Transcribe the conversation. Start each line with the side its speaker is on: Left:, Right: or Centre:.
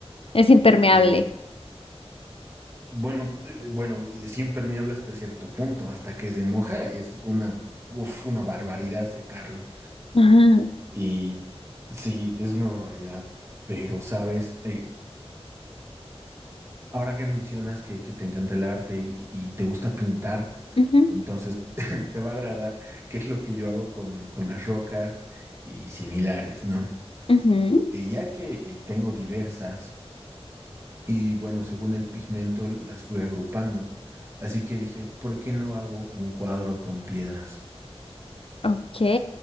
Left: Es impermeable.
Right: Eh, bueno, te- bueno, es impermeable hasta cierto punto, hasta que se moja es una, uf, una barbaridad secarlo.
Left: Ujú,
Right: Y sí, es una barbaridad, pero sabes, Eh, Ahora que mencionas que, que te encanta el arte y, y te gusta pintar,
Left: ujú,
Right: entonces <laughs> te va a agradar qué es lo que yo hago con, con las rocas y similares, ¿no?
Left: ujú.
Right: Y ya que eh, tengo diversas y bueno, según el pigmento las fui agrupando. Así que dije, ¿por qué no hago un cuadro con piedras?
Left: Ok.